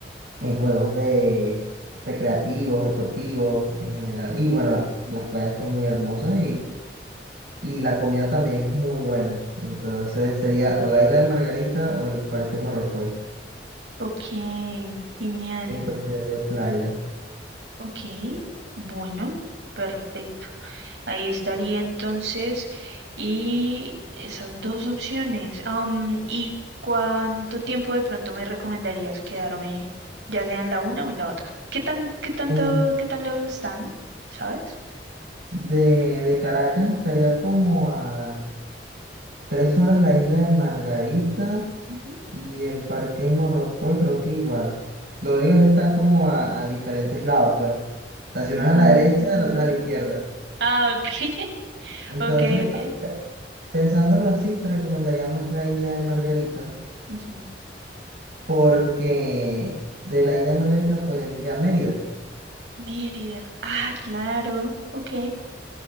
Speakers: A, on the right (about 60°); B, on the right (about 80°).
A: hay juegos de recreativos, deportivos en general. Y bueno, las, las playas son muy hermosas y la comida también es muy buena. Entonces sería o la isla de Margarita o el Parque Morrocoy
B: Ok, genial.
A: en cuestión de playa.
B: Ok, bueno, perfecto. Ahí estaría entonces. Y esas dos opciones. Am, ¿y cuánto tiempo de pronto me recomendarías quedarme, ya sea en la una o en la otra? ¿Qué tan, qué tanto,
A: En-
B: qué tan lejos están? ¿Sabes?
A: de, de Caracas estaría como a tres horas la isla de Margarita
B: Ujú.
A: y el Parque Morrocoy creo que igual. Lo único es que están como a, a diferentes lados, pues. La ciudad
B: Mm,
A: es a la derecha, la otra es a la izquierda.
B: Ah, ok, <laughs>
A: Entonces,
B: ok, ok.
A: a- eh, pensándolo así, te recomendaría más la isla de Margarita
B: Ujú.
A: porque de la isla de Margarita podrías ir a Mérida.
B: Mérida. Ah, claro, ok.